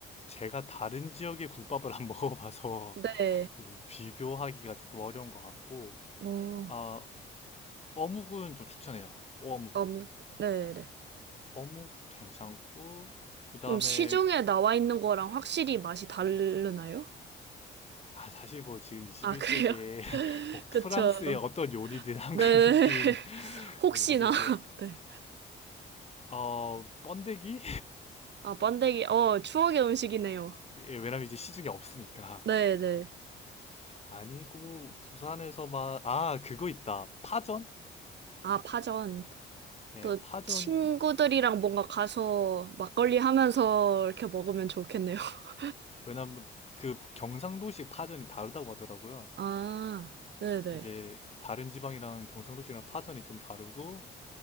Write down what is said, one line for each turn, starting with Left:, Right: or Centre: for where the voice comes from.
Left: 제가 다른 지역의 국밥을 안 <laughs> 먹어봐서
Right: 네.
Left: 이 비교하기가 조금 어려운 것 같고,
Right: 어,
Left: 아, 어묵은 좀 추천해요. 어묵.
Right: 아무, 네네.
Left: 어묵 괜찮고, 그 다음에,
Right: 그럼 시중에 나와 있는 거랑 확실히 맛이 다르나요?
Left: 아, 사실 뭐 지금 21세기에
Right: 아, 그래요?
Left: <laughs>
Right: <laughs>
Left: 뭐
Right: 그쵸.
Left: 프랑스의 어떤 요리든 한국인,
Right: 네. <laughs>
Left: <laughs>
Right: 혹시나.
Left: 사실 이제,
Right: <laughs> 네.
Left: 어, 번데기?
Right: 아, 번데기. 어, 추억의 음식이네요.
Left: <laughs> 예, 왜냐면 이제 시중에 없으니까.
Right: 네네.
Left: <laughs> 아니고, 부산에서만, 아, 그거 있다. 파전?
Right: 아, 파전.
Left: 예,
Right: 또
Left: 파전.
Right: 친구들이랑 뭔가 가서 막걸리 하면서 이렇게 먹으면 좋겠네요. <laughs>
Left: 왜냐면 그 경상도식 파전이 다르다고 하더라고요.
Right: 아, 네네. 네.
Left: 이제 다른 지방이랑 경상도식이랑 파전이 좀 다르고,